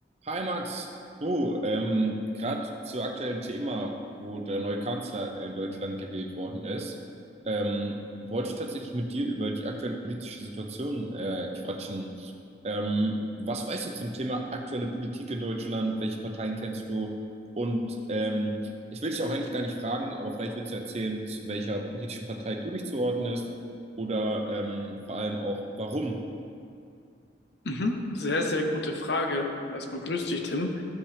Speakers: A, on the right; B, on the left.
A: Hi Max, du, ähm, gerade zu aktuellen Thema, wo der neue Kanzler in Deutschland gewählt worden ist, ähm, wollte ich tatsächlich mit dir über die aktuelle politische Situation äh, quatschen. Ähm, was weißt du zum Thema aktuelle Politik in Deutschland? Welche Parteien kennst du? Und ähm, ich will dich auch eigentlich gar nicht fragen, aber vielleicht willst du erzählen, zu welcher politischen Partei du dich zuordnest oder ähm, vor allem auch warum.
B: Mhm. Sehr, sehr gute Frage. Erstmal grüß dich, Tim.